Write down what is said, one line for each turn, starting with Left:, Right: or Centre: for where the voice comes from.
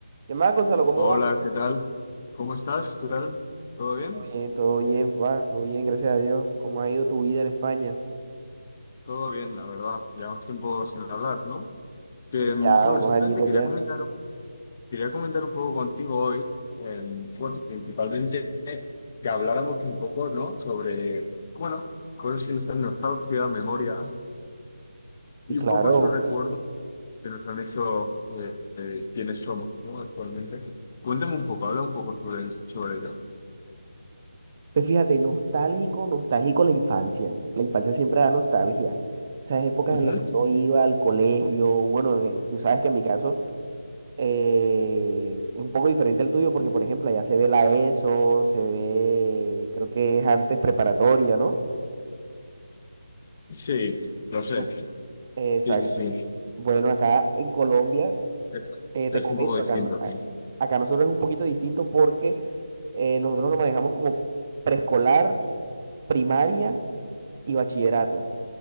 Right: ¿Qué más, Gonzalo? ¿Cómo
Left: Hola,
Right: va?
Left: ¿qué tal? ¿Cómo estás? ¿Qué tal? ¿Todo bien?
Right: Todo bien, todo bien, papá, todo bien, gracias a Dios. ¿Cómo ha ido tu vida en España?
Left: Todo bien, la verdad. Llevamos tiempo sin hablar, ¿no? Que,
Right: Sí,
Left: mm,
Right: ya,
Left: bueno,
Right: unos
Left: simplemente
Right: añitos
Left: quería
Right: ya.
Left: comentar, quería comentar un poco contigo hoy, eh, bueno, principalmente que habláramos un poco, ¿no? Sobre, bueno, cosas que nos dan nostalgia, memorias y
Right: Sí, claro.
Left: un poco esos recuerdos que nos han hecho eh, eh, quienes somos, ¿no? Actualmente. Cuéntame un poco, habla un poco sobre, sobre ello.
Right: Pues fíjate, nostálgico, nostálgico la infancia. La infancia siempre da nostalgia. Esas épocas
Left: Ujú.
Right: en las que uno iba al colegio, bueno, eh, tú sabes que en mi caso eh, es un poco diferente al tuyo porque, por ejemplo, allá se ve la ESO, se ve, creo que es antes preparatoria, ¿no?
Left: Sí, lo sé.
Right: Bu- Exacto.
Left: Sí, sí, sí.
Right: Bueno, acá en Colombia.
Left: Es,
Right: Eh,
Left: es
Right: te comento,
Left: un poco distinto,
Right: acá, no- a-
Left: sí.
Right: acá nosotros es un poquito distinto porque eh, nosotros lo manejamos como preescolar, primaria y bachillerato.